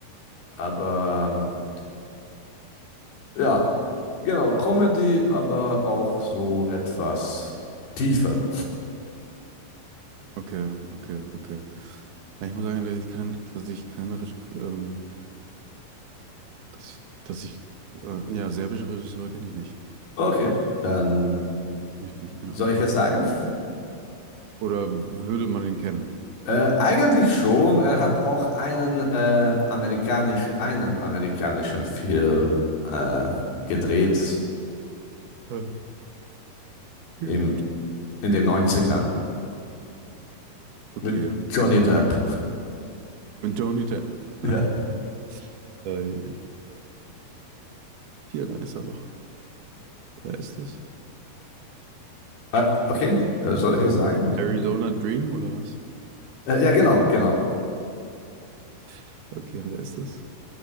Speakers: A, on the left (about 75°); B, on the right (about 70°).
A: aber, ähm, ja, genau, Comedy, aber auch so etwas tiefer.
B: Okay, okay, okay. Na, ich muss sagen, dass ich kein, dass ich keine Reg- ähm, Dass, dass ich, äh, ja, serbische Regisseure kenne ich nicht.
A: Okay, dann
B: Kenn ich nicht, keine
A: soll
B: Ahnung.
A: ich es sagen?
B: Oder würde man ihn kennen?
A: Äh, eigentlich schon. Er hat auch einen äh, amerikanischen, einen amerikanischen Film äh, gedreht
B: Äh, geübt.
A: im, in den Neunziger
B: Okay,
A: mit Johnny
B: äh, nee.
A: Depp.
B: Mit Johnny Depp. <laughs>
A: <laughs> Ja.
B: Äh, hier, da ist er doch. Wer ist das?
A: Äh, okay, äh, soll ich es sagen? Oder?
B: Arizona Dream oder was?
A: Äh, ja, genau, genau.
B: <laughs> Okay, wer ist das?